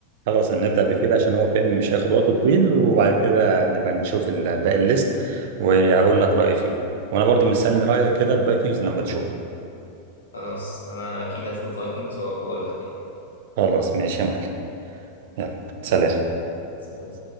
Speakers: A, on the right; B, on the left.
A: خلاص هنبدا بفيري عشان هو فيلم مش هياخد وقت طويل وبعد كده نبقى نشوف ال- باقي الليست وهقول لك رايي فيه وانا برضو مستني رايك كده في فايكنجز لما تشوفه
B: خلاص أنا أكيد هشوف فايكنجز وأقول لك
A: خلاص ماشي يا معلم يلا سلام
B: يعني